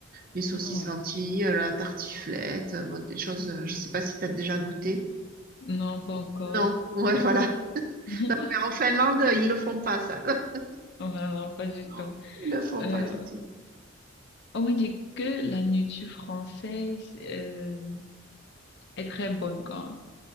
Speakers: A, on the right; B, on the left.
A: Les saucisses
B: Oh.
A: lentilles, euh, la tartiflette, euh, bon, des choses. euh, Je sais pas si t'as déjà goûté.
B: Non, pas encore.
A: Non, <laughs> ouais, voilà. Ouais,
B: <laughs>
A: en Finlande, ils le font pas, ça. <laughs>
B: Vraiment, pas du
A: Non,
B: tout.
A: ils le font
B: Euh,
A: pas du tout.
B: on m'a dit que la nourriture française euh, est très bonne, quoi.